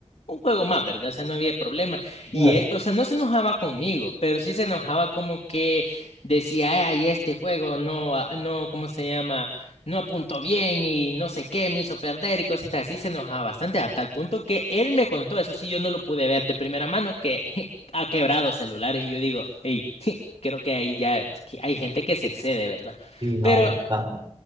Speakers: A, on the left (about 70°); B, on the right (about 45°).
A: un juego más, ¿verdad? O sea, no había problema.
B: Claro.
A: Y él, o sea, no se enojaba conmigo, pero sí se enojaba como que decía, ay, este juego no, ah, no, ¿cómo se llama? No apuntó bien y no sé qué, me hizo perder y cositas así, se enojaba bastante a tal punto que él me contó, eso sí, yo no lo pude ver de primera mano, que <laughs> ha quebrado celulares y yo digo, hey, <laughs> creo que ahí ya sí hay gente que se excede, ¿verdad?
B: Y no,
A: Pero,
B: está.